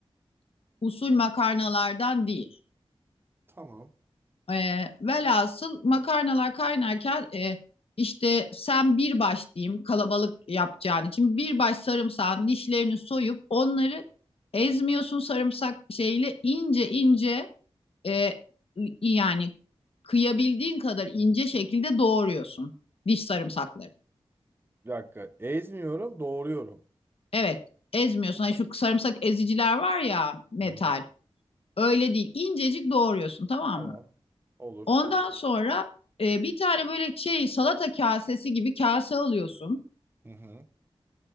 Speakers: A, on the left; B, on the right.
A: usul makarnalardan değil.
B: Tamam.
A: E, velhasıl makarnalar kaynarken e, işte sen bir baş diyeyim kalabalık yapacağın için bir baş sarımsağın dişlerini soyup onları ezmiyorsun sarımsak şeyle ince ince e, yani kıyabildiğin kadar ince şekilde doğruyorsun diş sarımsakları.
B: Bir dakika. Ezmiyorum, doğruyorum.
A: Evet, ezmiyorsun. Hani şu sarımsak eziciler var ya metal.
B: Hı hı.
A: Öyle değil. İncecik doğruyorsun tamam
B: Tamam.
A: mı?
B: Olur.
A: Ondan sonra e, bir tane böyle şey salata kasesi gibi kase alıyorsun.
B: Hı hı.